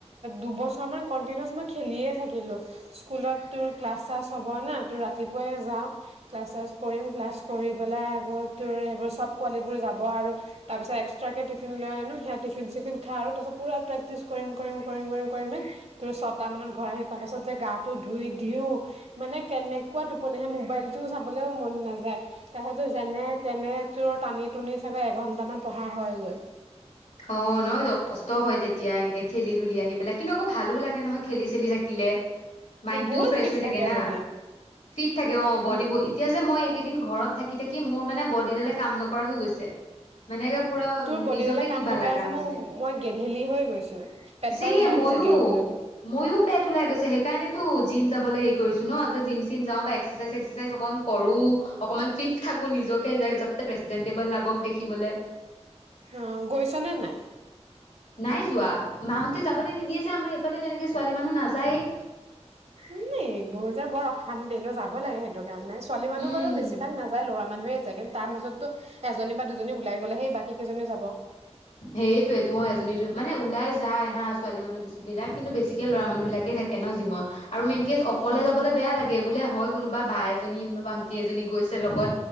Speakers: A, on the right; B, on the left.
A: দুবছৰ মান কন্টিনচ মই খেলিয়ে থাকিলো স্কুলত তোৰ ক্লাছ চাছ হব না তোৰ ৰাতিপুৱাই যাওঁক মেচেজ কৰিম ক্লাছ কৰি পেলাই আকৌ তোৰ সেবোৰ চব পোৱালিবোৰ যাব আৰু তাৰ পাছত একচতেৰা কে তিফিন লৈ আহো সেইয়া তিফিন চিফিন খাই পোৰা প্ৰেকতিজ কৰিম কৰিম কৰিম কৰিম কৰিম পেলাই তোৰ ছটা মানত ঘৰ আহি পাওঁ তাৰ পাছত যে গাটো ধুই দিও মানে কেনেকুৱা টোপনি আহে মবাইলটো তোৰ চাবলৈও মন নাযায় তাৰ পিছতো যেনে তেনে তোৰ টানি টুনি চাগে এঘন্টামান পঢ়া হয়গৈল
B: অ নহ কষ্ট হয় তেতিয়া এনেকে খেলি ধুলি আহি পেলাই কিন্তু আকৌ ভালো লাগে নহয় খেলি চেলি থাকিলে মাইণ্ডটো
A: বহুত
B: ফ্ৰেচ
A: ফিট
B: হৈ থাকে না
A: বডি
B: ফিট থাকে অ বডিবোৰ
A: উম
B: এতিয়া যে মই কেইদিন ঘৰত থাকি থাকি মোৰ মানে বদিডালে কাম নকৰা হৈ গৈছে মানে পুৰা
A: তোৰ বডি
B: নিজকে
A: ডালে কাম
B: কিবা
A: নকৰা
B: লগা হৈছে
A: মই মই গেধেলি হৈ গৈছো পেটডাল
B: চি
A: ওলাই
B: ময়ো
A: গৈছে গেৰ গেৰকে
B: ময়ো পেট ওলাই গৈছে সেইকাৰণেতো জিম যাবলে হেৰি কৰিছো ন যে চিম যা বা এক্সাৰচাইজ চে্কচৰ চাইজ অকণ কৰো অকমান ফিত থাকো। নিজকে যাতে প্ৰেজেন্টেবল লাগক দেখিবলে।
A: অ গৈছ নে নাই
B: নাই যোৱা মাহঁতে যাবলৈ নিদিয়ে যে আমাৰ এইফালে তেনেকে। ছোৱালী মানুহ নাযায়ে।
A: ই এইবোৰ যে বৰ অশান্তি ন যাব লাগে সেইটো। ছোৱালী মানুহ
B: উম
A: বাৰু বেছি ভাগ নাযায় ল'ৰা। মানুহে যেগেন যায় কিন্তু তাৰ মাজতো এজনী বা দুজনী ওলাই গ'লে সেই বাকী কেইজনীয়ো যাব।
B: সেইটোৱেতো অ এজনী দু মানে ওলাই যায় হা ছোৱালী মানুহ বিলাক কিন্ত বেছিকে ল'ৰা মানুহবিলাকে থাকে। থাকে ন জিমত আৰু মেইনকে অকলে
A: উম
B: যাবলৈ বেয়া লাগে বুলে। হয় কোনোবা বা এজনী বা ভন্টি এজনী গৈছে লগত।